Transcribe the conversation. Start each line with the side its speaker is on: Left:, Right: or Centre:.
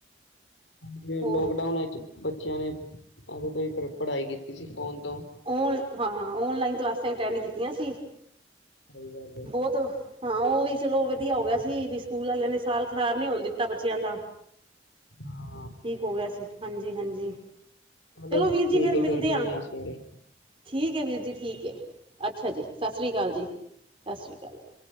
Left: ਫ
Right: ਹੋਰ
Left: ਲੋਕਡਾਊਨ ਵਿੱਚ ਬੱਚਿਆਂ ਨੇ ਆ ਕੋਈ ਪੜ੍ਹਾਈ ਕੀਤੀ ਸੀ ਫੋਨ ਤੋਂ
Right: ਓਨ ਹਾਂ ਓਨਲਾਈਨ ਕਲਾਸਾਂ ਅਟੈਂਡ ਕੀਤੀਆਂ ਸੀ
Left: ਸਹੀ ਗੱਲ ਹੈ
Right: ਬਹੁਤ ਹਾਂ, ਉਹ ਵੀ ਚਲੋ ਵਧੀਆ ਹੋ ਗਿਆ ਸੀ, ਵੀ ਸਕੂਲ ਵਾਲਿਆਂ ਨੇ, ਸਾਲ ਖਰਾਬ ਨੀ ਹੋਣ ਦਿੱਤਾ ਬੱਚਿਆਂ ਦਾ।
Left: ਹਾਂ
Right: ਠੀਕ ਹੋ ਗਿਆ ਸੀ, ਹਾਂਜੀ -ਹਾਂਜੀ।
Left: ਚਲੋ
Right: ਵੀਰ
Left: ਠੀਕ
Right: ਜੀ ਫਿਰ
Left: ਹੈ
Right: ਮਿਲਦੇ
Left: ਫੇਰ ਮਿਲਣੇ
Right: ਹਾਂ
Left: ਆ ਸਵੇਰੇ
Right: ਠੀਕ ਹੈ ਵੀਰ ਜੀ ਠੀਕ ਹੈ ਅੱਛਾ ਜੀ ਸਤਿ ਸ਼੍ਰੀ ਅਕਾਲ ਜੀ ਸਤਿ ਸ਼੍ਰੀ ਅਕਾਲ ਜੀ